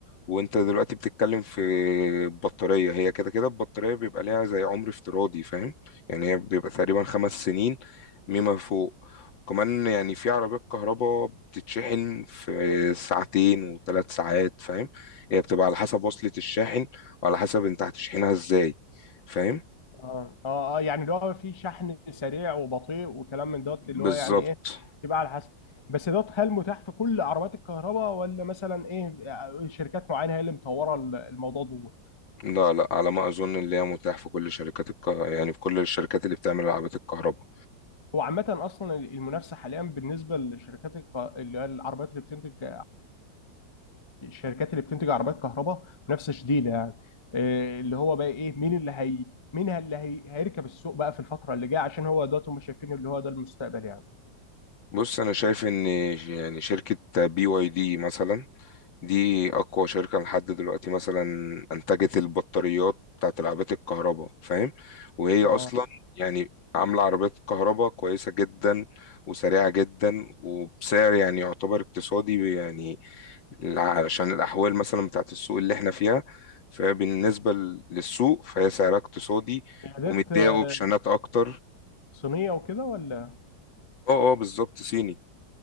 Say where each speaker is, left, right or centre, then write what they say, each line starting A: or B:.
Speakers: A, on the left; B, on the left.
A: وانت دلوقتي بتتكلم في البطارية هي كده كده البطارية بيبقى ليها زي عمر افتراضي فاهم يعني هي بيبقى تقريبا خمس سنين مما فوق كمان يعني في عربيات كهرباء بتتشحن في ساعتين وثلاث ساعات فاهم هي بتبقى على حسب وصلة الشاحن وعلى حسب انت هتشحنها ازاي فاهم
B: اه اه آه، يعني اللي هو في شحن سريع وبطيء وكلام من دوت اللي
A: بالظبط
B: هو يعني ايه تبقى على حسب بس دوت هل متاح في كل عربيات الكهرباء ولا مثلا ايه آه، شركات معينه هي اللي مطوره ال- الموضوع دوت
A: لا لا على ما اظن اللي هي متاح في كل شركات الك... يعني في كل الشركات اللي بتعمل العابات الكهرباء
B: هو عامة أصلا المنافسة حاليا بالنسبة لشركات الك- اللي هي العربيات اللي بتنتج الشركات اللي بتنتج عربيات كهرباء منافسه شديده يعني إيه اللي هو بقى ايه مين اللي هي مين اللي هي... هيركب السوق بقى في الفتره اللي جايه عشان هو دلوقتي هم شايفين اللي هو ده المستقبل يعني
A: بص انا شايف ان يعني شركة بي واي دي مثلا دي اقوى شركة لحد دلوقتي مثلا انتجت البطاريات بتاعت العابات الكهرباء فاهم وهي
B: اه
A: اصلا يعني عاملة عربيات كهرباء كويسة جدا وسريعة جدا وبسعر يعني يعتبر اقتصادي يعني علشان الأحوال مثلا بتاعت السوق اللي احنا فيها فبالنسبة ل- للسوق فهي سعرها اقتصادي
B: قيادات
A: ومتضايقوا
B: آه،
A: بشنات أكتر
B: صينيه وكده ولا
A: اه اه بالظبط صيني